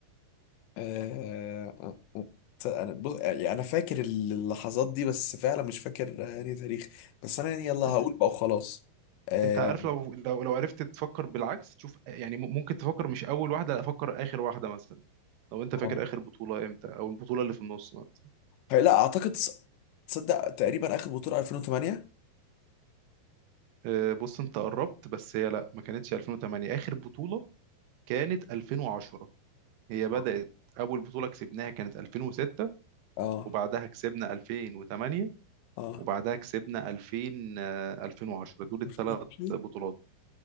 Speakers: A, on the left; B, on the right.
A: آه، آه، آه. انا بص يعني انا فاكر اللحظات دي بس فعلا مش فاكر آه، يعني تاريخ بس انا يعني يلا
B: انت
A: هقول بقى وخلاص آه.
B: انت عارف لو لو لو عرفت تفكر بالعكس تشوف يعني م- ممكن تفكر مش اول واحده لا افكر اخر واحده مثلا لو انت فاكر
A: آه.
B: اخر بطوله امتى او البطوله اللي في النص مثلا
A: هي- لا اعتقد تص- تصدق تقريبا اخر بطوله 2008
B: آه، بص انت قربت بس هي لا ما كانتش 2008 اخر بطوله كانت 2010 هي بدات
A: آه.
B: اول بطوله كسبناها كانت 2006
A: اه
B: وبعدها كسبنا 2008
A: اه
B: وبعدها كسبنا 2000 آه، 2010 دول الثلاث
A: 2008
B: بطولات